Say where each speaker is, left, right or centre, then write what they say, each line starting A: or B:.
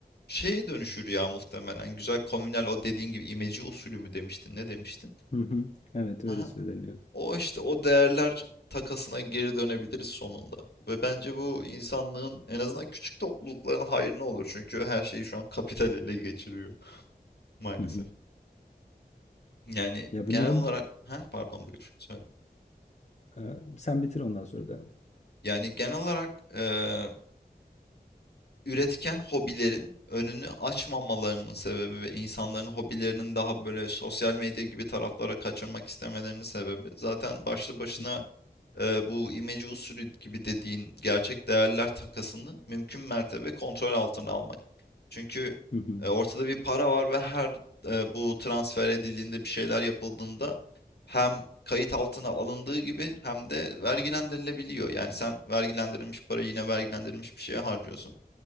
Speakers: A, on the left (about 75°); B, on the left (about 45°).
A: şeye dönüşür ya muhtemelen. Güzel komünel o dediğin gibi imece usulü mü demiştin, ne demiştin?
B: Hı hı. Evet, öyle
A: Aha,
B: söyleniyor.
A: o işte o değerler takasına geri dönebiliriz sonunda. Ve bence bu insanlığın en azından küçük toplulukların hayrına olur. Çünkü her şeyi şu an kapital ele geçiriyor maalesef.
B: Hı hı.
A: Yani
B: Ya
A: genel
B: bunların
A: olarak ha pardon buyur söyle.
B: e, sen bitir ondan sonra devam et.
A: Yani genel olarak eee, üretken hobilerin önünü açmamalarının sebebi ve insanların hobilerinin daha böyle sosyal medya gibi taraflara kaçırmak istemelerinin sebebi zaten başlı başına
B: Hı hı.
A: eee, bu imece usulü gibi dediğin gerçek değerler takasını mümkün mertebe kontrol altına almak. Çünkü
B: Hı hı.
A: e, ortada bir para var ve her e, bu transfer edildiğinde bir şeyler yapıldığında hem kayıt altına alındığı gibi hem de vergilendirilebiliyor. Yani sen vergilendirilmiş parayı yine vergilendirilmiş bir şeye harcıyorsun.